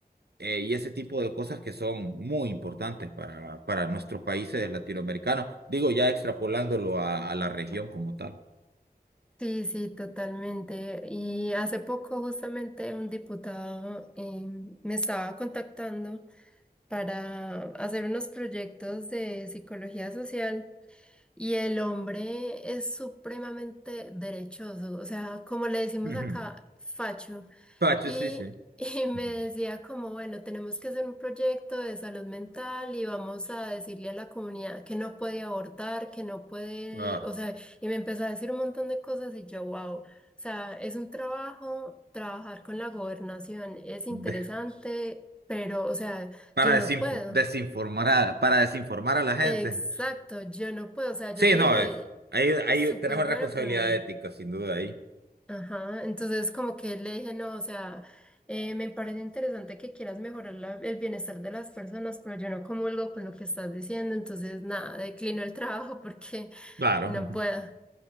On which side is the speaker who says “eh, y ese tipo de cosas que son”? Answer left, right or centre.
Right